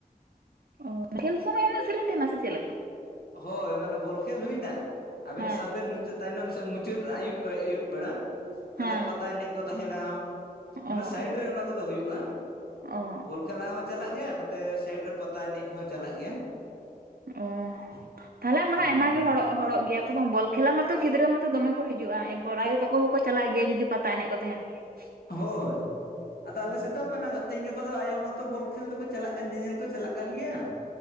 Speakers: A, on the right; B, on the left.
A: ᱚ ᱠᱷᱮᱞ ᱥᱚᱢᱚᱭ ᱮᱱᱮᱡ ᱥᱮᱨᱮᱧ ᱛᱟᱸᱦᱮᱱᱟ ᱥᱮ ᱪᱮᱫ ᱞᱮᱠᱟ?
B: ᱦᱳᱭ, ᱢᱟᱱᱮ ᱵᱚᱞ ᱠᱷᱮᱞ ᱦᱩᱭᱱᱟ ᱟᱵᱮᱱ
A: ᱦᱮᱸ
B: ᱥᱟᱵᱽ ᱵᱮᱱ ᱢᱩᱪᱟᱹᱫ ᱛᱟᱭᱱᱚᱢ ᱥᱮᱡ ᱢᱩᱪᱟᱹᱫ ᱟᱹᱩᱵ ᱟᱹᱭᱩᱵ ᱵᱮᱲᱟ, ᱛᱟᱦᱞᱮ
A: ᱦᱮᱸ
B: ᱯᱟᱛᱟ ᱮᱱᱮᱡ ᱠᱚ ᱛᱟᱸᱦᱮᱱᱟ ᱢᱟᱱᱮ
A: ᱚ
B: ᱥᱟᱭᱤᱰ
A: ᱚ
B: ᱨᱮ ᱚᱱᱟ ᱠᱚᱫᱚ ᱦᱩᱭᱩᱜᱼᱟ,
A: ᱚ
B: ᱵᱚᱞ ᱠᱷᱮᱞᱟ ᱦᱚᱸ ᱾ ᱪᱟᱞᱟᱜ ᱜᱮᱭᱟ, ᱱᱚᱛᱮ ᱥᱟᱭᱤᱰ ᱨᱮ ᱯᱟᱛᱟ ᱮᱱᱮᱡ ᱠᱚᱦᱚᱸ ᱪᱟᱞᱟᱜ ᱜᱮᱭᱟ ᱾
A: ᱚ ᱛᱟᱦᱚᱞᱮ ᱢᱟᱱᱮ
B: ᱦᱩᱸ
A: ᱟᱭᱢᱟ ᱜᱮ ᱦᱚᱲᱚᱜ ᱦᱚᱲᱚᱜ ᱜᱮᱭᱟ ᱠᱚ ᱵᱟᱝ, ᱵᱚᱞ ᱠᱷᱮᱞᱟ ᱢᱟᱛᱚ ᱜᱤᱫᱽᱨᱟᱹ ᱢᱟᱛᱚ ᱫᱚᱢᱮ ᱠᱚ ᱦᱤᱡᱽᱼᱼ ᱡᱩᱜᱼᱟ ᱮᱨᱯᱚᱨ ᱟᱭᱳ ᱛᱟᱠᱚ ᱦᱚᱸᱠᱚ ᱪᱟᱞᱟᱜ ᱜᱮᱭᱟ ᱡᱩᱫᱤ ᱯᱟᱛᱟ ᱮᱱᱮᱡ ᱠᱚ ᱛᱟᱸᱦᱮᱱ ᱜᱮᱭᱟ ᱾
B: ᱦᱳᱭ, ᱟᱫᱚ ᱟᱞᱮ
A: ᱦᱩᱸ
B: ᱥᱮᱫ ᱫᱚ ᱢᱟᱱᱟ ᱛᱮᱦᱮᱧ ᱜᱟᱯᱟ ᱫᱚ ᱟᱭᱳ ᱦᱚᱲ ᱦᱚᱛᱚ ᱵᱚᱞ ᱠᱷᱮᱞ ᱫᱚᱠᱚ ᱪᱟᱞᱟᱜ ᱠᱟᱱᱟ, ᱧᱮᱧᱮᱞ ᱠᱚ ᱪᱟᱞᱟᱜ ᱠᱟᱱ ᱜᱮᱭᱟ ᱾